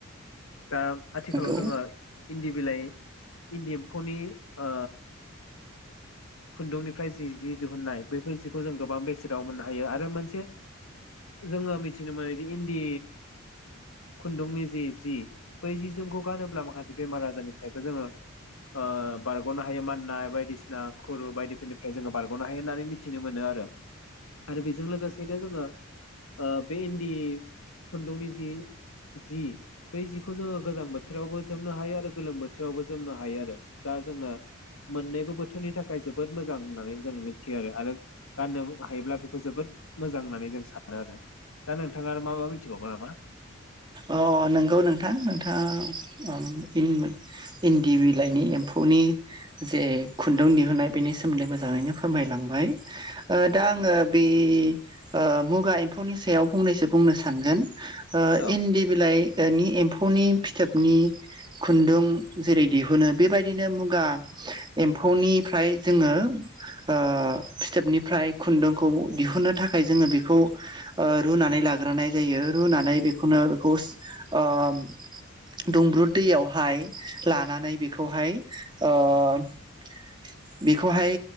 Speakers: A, on the left; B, on the right.
A: दा आथिखालाव
B: नंगौ
A: जोङो इन्दि बिलाइ इन्दि एम्फौनि ओ। खुन्दुंनिफ्राय जि जि दिहुननाय बै फोर जिखौ जों गोबां बेसेनाव मोननो हायो आरो मोनसे। जोङो मिथिनो मोनोदि इन्दि खुन्दुंनि जि जि बै जि जोमखौ गानोब्ला माखासे बेमार आजारनिफ्रायबो जोङो ओ बारगनो हायो माननाय बायदिसिना खुरु बायदिफोरनिफ्राय जोङो बारगनो हायो होननानै मिथ थिनो मोनो आरो आरो बेजों लोगोसेनो जोङो ओ बे इन्दि खुन्दुंनि जि जि बै जिखौ जोङो गोजां बोथोरावबो जोमनो हायो आरो गोलोम बोथोरावबो जोमनो हायो आरो । दा जोंनो मोननैबो बोथोरनि थाखाय जोबोद मोजां होननानै जों मिथियो आरो आरो गाननो हायोब्ला बेखौ जोबोद मोजां होननानै जों सानो आरो। दा नोंथाङा आरो मा माबा मिथिबावगौ नामा?
B: अ अ नंगौ नोंथां । नोंथाङा अ इन इन्दि बिलाइनि एम्फौ नि जे खुन्दुं दिहुननाय बेनि सोमोन्दै मोजाङैनो फोरमायलांबाय ओ दा आङो ओ बे ओ मुगा एम्फौनि सायाव फंनैसो बुंनो सानगोन! ओ
A: औ
B: इन्दि बिलाइनि एम्फौनि फिथाबनि खुन्दुं जेरै दिहुनो बेबायदिनो मुगा एम्फौनिफ्राय जोङो ओ फिथोबनिफ्राय खुन्दुंखौ दिहुन्नो थाखाय जोङो बेखौ रुनानै ला- लाग्रोनाय जायो । रुनानै बेखौनो बेखौ ओ दुंब्रुद दैयावहाय लानानै बेखौहाय ओ -
A: <inaudible>
B: बेखौहाय